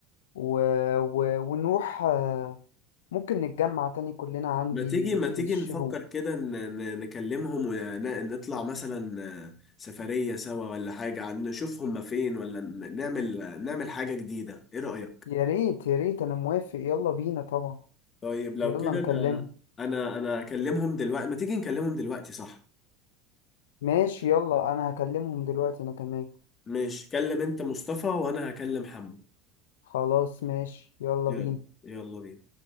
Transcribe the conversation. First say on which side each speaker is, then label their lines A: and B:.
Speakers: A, on the left; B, on the left.
A: و... و... ونروح آه، ممكن نتجمع تاني كلنا عندي
B: ما تيجي ما
A: في
B: تيجي
A: الشروق
B: نفكر كده ن- ن- نكلمهم ونطلع مثلا آه، سفرية سوا ولا حاجة عن- نشوف هما فين ولا ن- نعمل آه، نعمل حاجة جديدة ايه رأيك؟
A: يا ريت يا ريت انا موافق يلا بينا طبعا
B: طيب لو
A: يلا
B: كده
A: نكلمهم
B: انا انا انا اكلمهم دلوقتي ما تيجي نكلمهم دلوقتي صح
A: ماشي يلا انا هكلمهم دلوقتي انا كمان
B: ماشي كلم انت مصطفى وانا هكلم حمو
A: خلاص ماشي يلا
B: يلا
A: بينا
B: يلا بينا